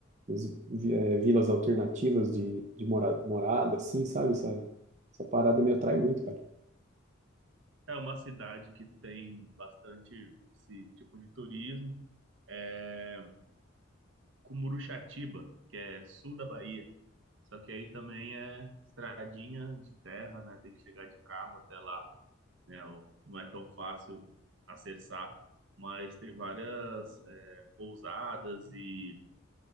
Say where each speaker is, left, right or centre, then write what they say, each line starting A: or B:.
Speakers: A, on the right; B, on the right.
A: das vi- eh, vilas alternativas de, de mora- morada, assim, sabe? Essa, essa parada me atrai muito, cara.
B: É uma cidade que tem bastante esse tipo de turismo. É Cumuruxatiba, que é sul da Bahia. Só que aí também é estradinha de terra, né? Tem que chegar de carro até lá, né? O- Não é tão fácil acessar, mas tem várias é, pousadas e,